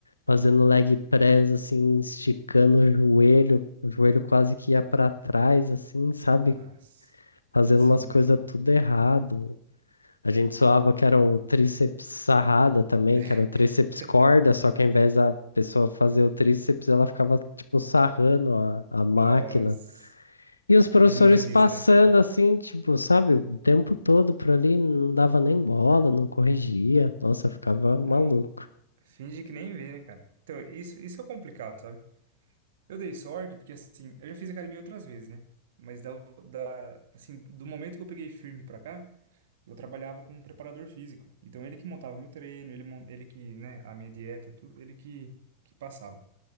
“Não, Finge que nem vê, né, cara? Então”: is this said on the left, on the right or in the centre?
Right